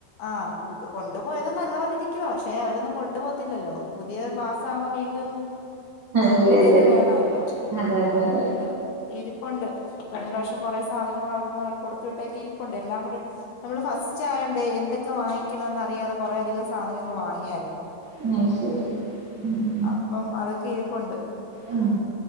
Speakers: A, on the left (about 70°); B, on the right (about 60°).
A: ആഹ്കൊണ്ടുപോയത് നല്ലപോലെ ഇരിക്കുവ. പക്ഷെ അവരൊന്നും കൊണ്ടു പോകത്തില്ലല്ലോ. പുതിയ ക്ലാസ് ആവുമ്പോ വീണ്ടും.
B: ഇല്ല
A: പുതിയത്
B: ഇല്ല ഇല്ല
A: വേണെല്ലോ.
B: അതെ
A: ഉം
B: അതെ
A: അപ്പൊ
B: അതെ
A: പിന്നെ. ഇരിപ്പുണ്ട്. കഴിഞ്ഞ പ്രാവിശ്യം കൊറേ സാധനങ്ങള് അവിടെന്ന് ആള് കൊടുത്ത വിട്ടേക്ക് ഇരിപ്പുണ്ട് എല്ലാം കൂടി നമ്മള് ഫസ്റ്റ് ആയോണ്ടെ എന്തൊക്കെ വാങ്ങിക്കണംന്ന് അറിയാതെ കൊറേ അധികം സാധനങ്ങൾ വാങ്ങിയായിരുന്നു.
B: അഹ് ശെരി ഉം ഉം
A: അപ്പം അതൊക്കെ ഇരിപ്പുണ്ട്.
B: ഉം